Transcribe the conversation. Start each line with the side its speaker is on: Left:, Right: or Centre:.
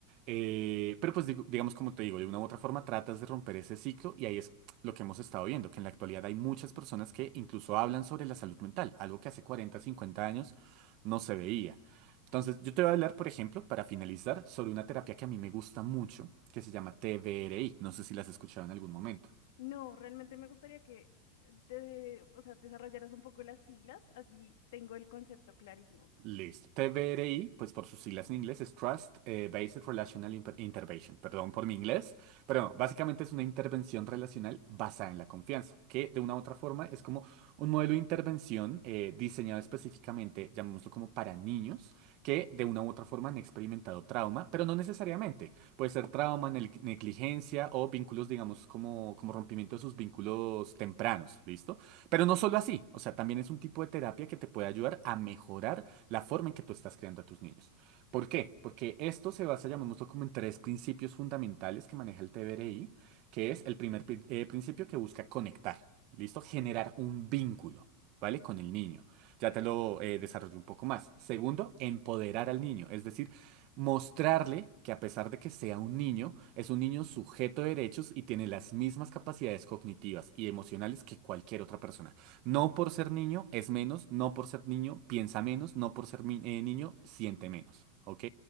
Right: Eh, pero pues digo- digamos como te digo, de una u otra forma tratas de romper ese ciclo y ahí es lo que hemos estado viendo, que en la actualidad hay muchas personas que incluso hablan sobre la salud mental, algo que hace 40, 50 años no se veía. Entonces, yo te voy a hablar, por ejemplo, para finalizar, sobre una terapia que a mí me gusta mucho, que se llama TBRI. No sé si las has escuchado en algún momento.
Left: No, realmente me gustaría que... eh, de- o sea, desarrollaras un poco las siglas, así tengo el concepto clarísimo.
Right: Listo. TBRI, pues por sus siglas en inglés, es Trust eh, Based Relational Imp- Intervention. Perdón por mi inglés, pero no, básicamente es una intervención relacional basada en la confianza, que de una u otra forma es como un modelo de intervención eh, diseñado específicamente, llamémoslo como para niños, que de una u otra forma han experimentado trauma, pero no necesariamente. Puede ser trauma, nel- negligencia o vínculos, digamos, como, como rompimiento de sus vínculos tempranos, ¿listo? Pero no solo así, o sea, también es un tipo de terapia que te puede ayudar a mejorar la forma en que tú estás creando a tus niños. ¿Por qué? Porque esto se basa, llamémoslo como en tres principios fundamentales que maneja el TBRI, que es el primer pri- eh, principio que busca conectar, ¿listo? Generar un vínculo, ¿vale? Con el niño. Ya te lo eh, desarrollo un poco más. Segundo, empoderar al niño, es decir, mostrarle que a pesar de que sea un niño, es un niño sujeto de derechos y tiene las mismas capacidades cognitivas y emocionales que cualquier otra persona. No por ser niño es menos, no por ser niño piensa menos, no por ser mi- eh, niño siente menos, ¿ok?